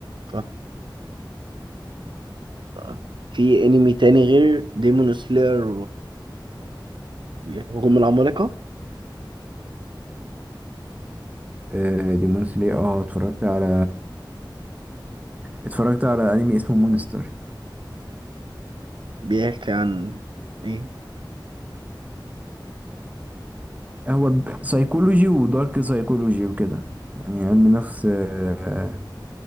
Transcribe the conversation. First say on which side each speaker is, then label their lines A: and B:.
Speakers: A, on the right; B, on the right.
A: ف- طيب. في انمي تاني غير ديمون سلاير وهجوم العمالقه
B: آه ديمون سلاير اه اتفرجت على اتفرجت على أنمي اسمه مونستر
A: بيحكي عن ايه
B: هو سايكولوجي ودارك سايكولوجي وكده يعني علم نفس آه،